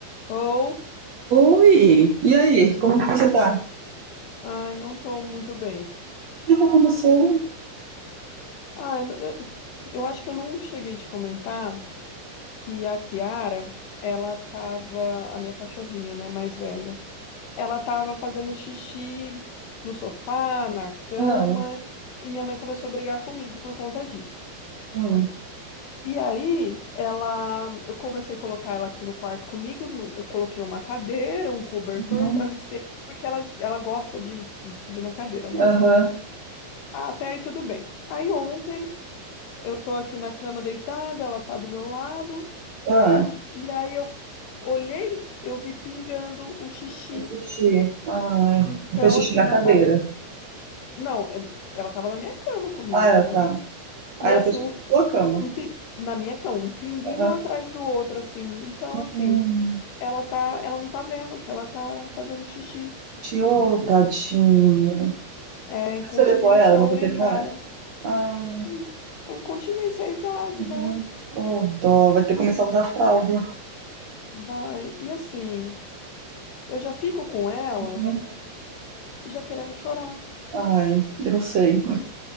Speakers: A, on the left; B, on the right.
A: Ou,
B: Oi! E aí, como que você tá?
A: ai, não tô muito bem.
B: O que que aconteceu?
A: Ah, eu n- eh, eu acho que eu não cheguei a te comentar que a Kiara, ela tava, a minha cachorrinha, né, mais velha, ela tava fazendo xixi no sofá, na cama,
B: Ah,
A: e minha mãe começou a brigar comigo por conta disso.
B: hum,
A: E aí, ela, eu comecei a colocar ela aqui no quarto comigo, no- eu coloquei uma cadeira, um cobertor,
B: né?
A: um travesseiro, porque ela, ela gosta de de subir na cadeira, né?
B: Aham.
A: Ah, Até aí tudo bem. Aí ontem Eu tô aqui na cama deitada, ela tá do meu lado,
B: Ah,
A: e aí eu olhei, eu vi pingando o xixi.
B: eu fiz xixi. Ah,
A: Então,
B: eu fiz xixi
A: assim,
B: na
A: ela
B: cadeira.
A: tá. Não, é- ela tava na minha cama comigo,
B: Ah,
A: né?
B: tá. Ah,
A: E é
B: ela
A: assim,
B: fez
A: um,
B: xixi na sua cama.
A: um pi- na minha cama, um pinguinho
B: Aham.
A: atrás do outro, assim. Então,
B: Hum,
A: assim, ela tá, ela não tá vendo que ela tá fazendo xixi.
B: chiou, tadinha.
A: É incontinência
B: Mas Você levou ela no
A: urinária.
B: veterinário? Ah,
A: Hum, É incontinência, é a idade,
B: uhum.
A: né?
B: Oh, dó. Vai ter que começar a usar fralda.
A: Vai. E assim, eu já fico com ela
B: Uhum.
A: e já querendo chorar.
B: Ai, eu não sei.